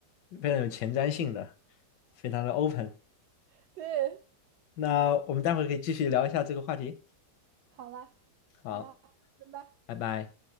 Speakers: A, on the left; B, on the right.
A: 非常有前瞻性的，非常的 open。
B: <laughs> 对，
A: 那我们待会可以继续聊一下这个话题。
B: 好啦，
A: 好，
B: 好呀，拜拜。
A: 拜拜。